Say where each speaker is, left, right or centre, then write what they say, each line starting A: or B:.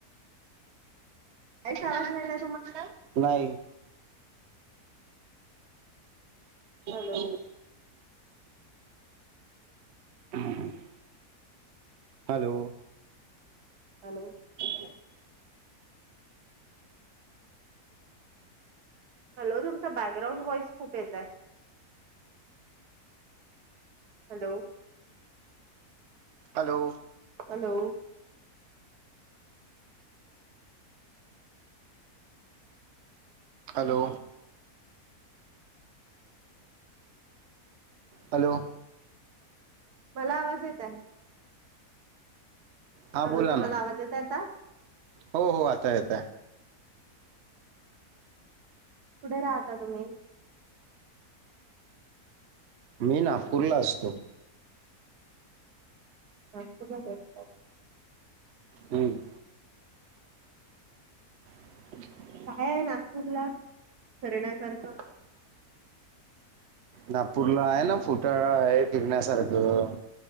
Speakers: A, on the right; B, on the right.
A: काहीच
B: नीट आवाज
A: नाही येतय
B: येतोय तुम्हाला नाही <inaudible>
A: हॅलो
B: <inaudible> हॅलो
A: हॅलो.
B: <inaudible>
A: हॅलो तुमचा बॅकग्राऊंड व्हॉइस खूप येतय hello.
B: Hello
A: hello
B: hello hello.
A: मला आवाज येत आहे.
B: हा
A: हॅलो
B: बोला
A: तुम्हाला
B: ना
A: आवाज येत आहे आता
B: हो, हो आता येत आहे
A: कुठे राहता तुम्ही
B: मी नागपूरला असतो.
A: नागपूरला कुठे?
B: हम्म <inaudible>
A: काय नागपूरला करण्यासारखं.
B: नागपूरला आहे ना फोटो आहे टिकण्यासारखं